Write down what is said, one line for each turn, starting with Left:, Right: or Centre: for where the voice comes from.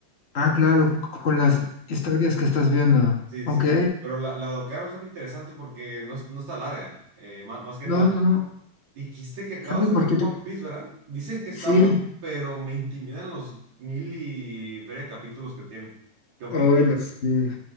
Left: Ah, claro, c- con las historias que estás viendo.
Right: Sí,
Left: Ok.
Right: sí, sí. Pero la, la de Ocaro son interesante porque no, es- no está larga, eh, má- más, que
Left: No,
Right: nada.
Left: no, no,
Right: Dijiste que acabas
Left: está muy
Right: de
Left: cortito.
Right: ver One Piece, ¿verdad? Dicen que está
Left: Sí,
Right: buena, pero me intimidan los mil y feria capítulos que tiene. ¿Qué opinas?
Left: hoy lo
Right: <laughs>
Left: sé.